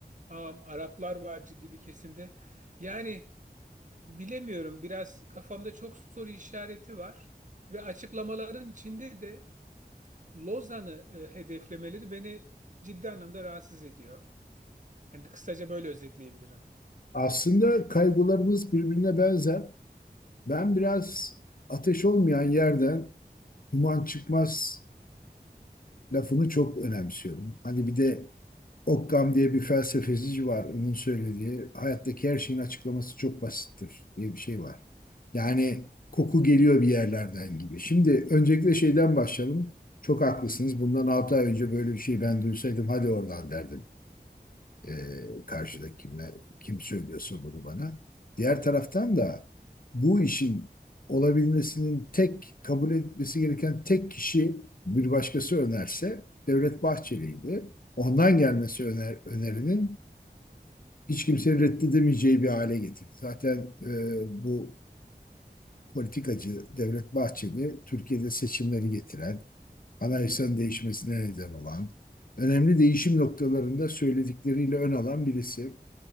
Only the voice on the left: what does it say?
Aslında kaygılarımız birbirine benzer. Ben biraz ateş olmayan yerden duman çıkmaz lafını çok önemsiyorum. Hani bir de Occam diye bir felsefeci var. Onun söylediği hayattaki her şeyin açıklaması çok basittir diye bir şey var. Yani koku geliyor bir yerlerden gibi. Şimdi öncelikle şeyden başlayalım. Çok haklısınız. Bundan 6 ay önce böyle bir şey ben duysaydım hadi oradan derdim. E, karşıdaki kimle, kim söylüyorsa bunu bana. Diğer taraftan da bu işin olabilmesinin tek kabul etmesi gereken tek kişi bir başkası önerse Devlet Bahçeli'ydi. Ondan gelmesi öner, önerinin hiç kimsenin reddedemeyeceği bir hale getirdi. Zaten e, bu politikacı Devlet Bahçeli Türkiye'de seçimleri getiren, anayasanın değişmesine neden olan, önemli değişim noktalarında söyledikleriyle ön alan birisi.